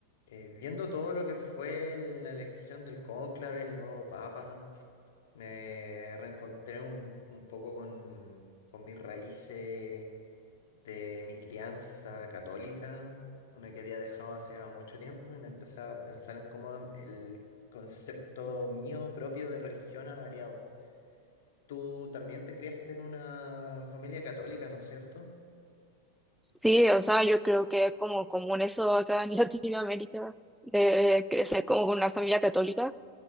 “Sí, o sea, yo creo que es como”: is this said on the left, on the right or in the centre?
Centre